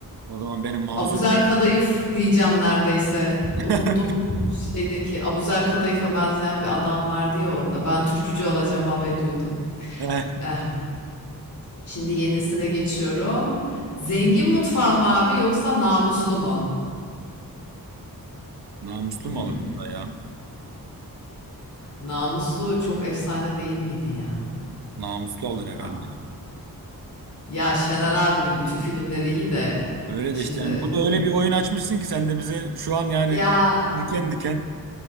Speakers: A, on the right; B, on the left.
A: O zaman benim mazur
B: Abuzer
A: gör.
B: Kadayıf diyeceğim neredeyse.
A: <laughs>
B: Unuttum şeydeki Abuzer Kadayıf'a benzeyen bir adam vardı ya orada. Ben türkücü olacağım abi diyordu.
A: Eh,
B: Eh, şimdi yenisine geçiyorum. Zengin mutfağı mı abi yoksa namuslu mu?
A: Namuslu
B: Hmm.
A: mu alır bu da ya?
B: Namuslu çok efsane değil miydi ya?
A: Namuslu alır herhalde.
B: Tamam. Ya Şener abinin bütün filmleri iyi de
A: Öyle
B: şimdi
A: de işte yani bu
B: bu
A: da öyle bir oyun açmışsın ki sen de bize şu an yani
B: ya
A: diken diken